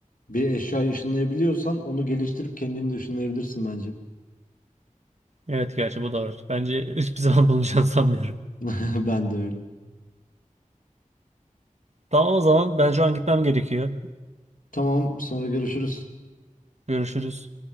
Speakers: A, on the left; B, on the right.
A: Bir eşyayı ışınlayabiliyorsan onu geliştirip kendini de ışınlayabilirsin bence.
B: Evet gerçi bu da var. Bence <laughs> hiçbir zaman bulunacağını sanmıyorum.
A: <laughs> Ben de öyle.
B: Tamam o zaman ben şu an gitmem gerekiyor.
A: Tamam, sonra görüşürüz.
B: Görüşürüz.